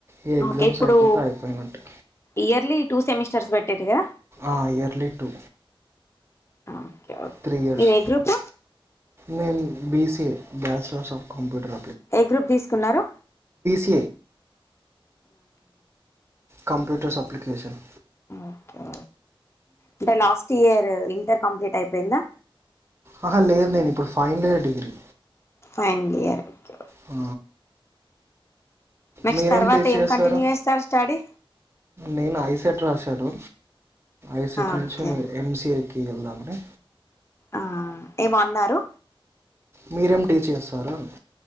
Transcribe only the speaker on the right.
ఈ ఎగ్జామ్స్
అయిపోతే అయిపోయినట్టు
ఆ yearly two
three ఇయర్స్
నేను బిసి బ్యాచలర్స్ ఆఫ్ కంప్యూటర్
ఎ కంప్యూటర్స్ ఎప్లికేషన్
ఆహా లేదు నేను ఇప్పుడు final year degree
ఆ
మీరేం
టీచ్
చేస్తారు
నేను ఐసెట్ రాసాను ఐసెట్ నుంచి
ఎంసిఎ కి వెళ్దామని
మీరేం టీచ్ చేస్తారు అన్నా